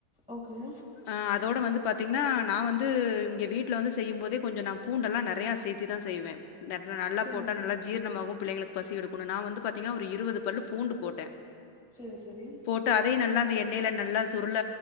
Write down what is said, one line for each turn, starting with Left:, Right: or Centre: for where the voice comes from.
Centre: ஓகே
Left: ஆ அதோட வந்து பாத்தீங்கன்னா நா வந்து இங்க வீட்டுல வந்து செய்யு போதே கொஞ்சோ நா பூண்டெல்லா நெறைய சேத் தேதா செய்வே நல்லா
Centre: சரி
Left: போட்டா நல்லா ஜீரணமாவு பிள்ளைங்களுக்கு பசி எடுக் குனு நா வந்து பாத்தீங்கன்னா ஒரு இருவது பல்லு பூண்டு போட்டே
Centre: சேரி சேரி
Left: போட்டு அதையு நல்லா அந்த எண்ணெயில நல்லா சுருள